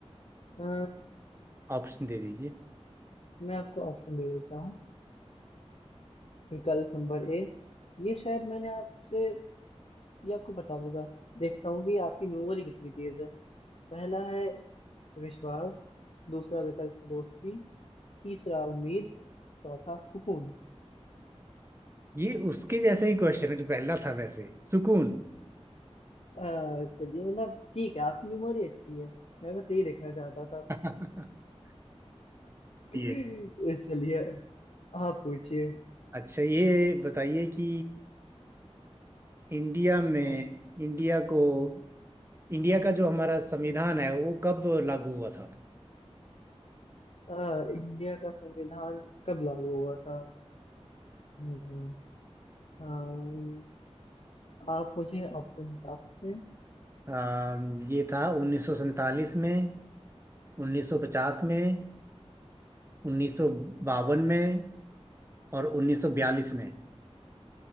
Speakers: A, on the left; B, on the right.
A: अ,
B: ऑप्शन दे दीजिए
A: मैं आपको ऑप्शन दे देता हूँ विकल्प नंबर ए ये शायद मैंने आपसे ये आपको पता होगा देखता हूँ कि आपकी मेमोरी कितनी तेज है पहला है विश्वास दूसरा विकल्प दोस्ती तीसरा उम्मीद चौथा सुकून
B: ये उसके जैसा ही क्वेश्चन है जो पहला था वैसे सुकून
A: अ, चलिए मतलब ठीक है आपकी मेमोरी अच्छी है मैं बस यही लिखना चाहता था
B: <laughs>
A: <laughs>
B: ये
A: चलिए आप पूछिए
B: अच्छा ये बताइए कि इंडिया में
A: हाँ
B: इंडिया को
A: हम्म।
B: इंडिया का जो हमारा संविधान है वो कब लागू हुआ था
A: अ, इंडिया का संविधान कब लागू हुआ था हम्म, अ, आप मुझे ऑप्शन बता सकते हैं
B: अम, ये था उन्नीस सौ सैंतालीस में 1950 में 1952 में और 1942 में